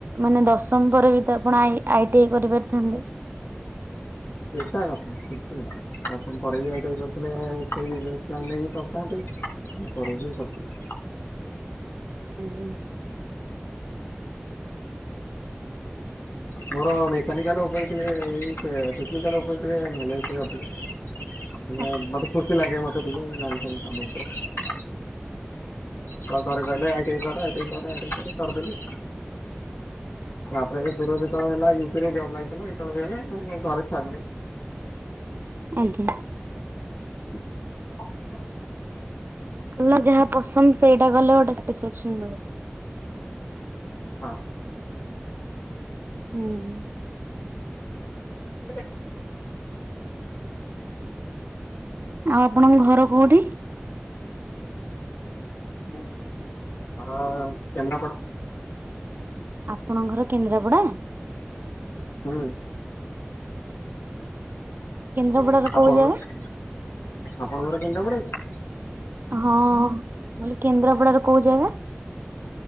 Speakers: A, on the right; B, on the left.
A: ମାନେ ଦଶମ ପରେ ବି ତ ଆପଣ ଆଇ ଆଇ ଟି ଆଇ କରି ପାରିଥାନ୍ତେ।
B: ଏକା କଥା କିଛି ନାହିଁ। ଦଶମ ପରେ ବି ଆଇ ଟି ଆଇ କରିଥିଲେ ସେଇ ବିଜନେସ ଲାଇନ ରେ ହିଁ ପସିଥାନ୍ତି। ତା ପରେ ବି ପିସିଲି।
A: ହୁଁ।
B: ମୋର ମେକାନିକାଲ ଉପରେ ଟିକେ ଏଇ ଏ ଟେକ୍ନିକାଲ ଉପରେ ନେଲେଜ ଟିକେ ଅଧିକା।
A: ହ
B: ମାନେ ମତେ ଖୁସି ଲାଗେ ମତେ ଟିକେ ଲାଇନ ଫାଇନ‌ କାମ ଉପରେ। ତ ଘରେ କହିଲେ ଆଇ ଟି ଆଇ କର ଆଇ ଟି ଆଇ କର ଆଇ ଟି ଆଇ କର କରି ଦେଲି। ତାପରେ ଏ ଦୂର ଯେତେବେଳେ ହେଲା ୟୁପିରେ ଜବ ଲାଗିଥିଲା ସେତେ ବେଳେ ହେଲେ ଘରେ ଛାଡ଼ିଲେଣି।
A: ଆଜ୍ଞା।
B: <unintelligible>
A: ହେଲେ ଯାହା ପସନ୍ଦ ସେଇଟା କଲେ ଗୋଟେ ସାଟିସଫେକ୍ସନ ମିଳେ।
B: ହଁ।
A: ହୁଁ।
B: <unintelligible>
A: ଆଉ ଆପଣଙ୍କ ଘର କୋଉଠି।
B: ଘର କେନ୍ଦ୍ରପଡ଼ା।
A: ଆପଣ ଙ୍କ ଘର କେନ୍ଦ୍ରାପଡ଼ା।
B: ହୁଁ।
A: କେନ୍ଦ୍ରାପଡାର କୋଉ
B: ଆପଣଙ୍କର
A: ଜାଗା
B: ଆପଣଙ୍କ ଘର କେନ୍ଦ୍ରାପଡା କି।
A: ହଁ ମୁଁ କଇଲି କେନ୍ଦ୍ରାପଡାର କୋଉ ଜାଗା।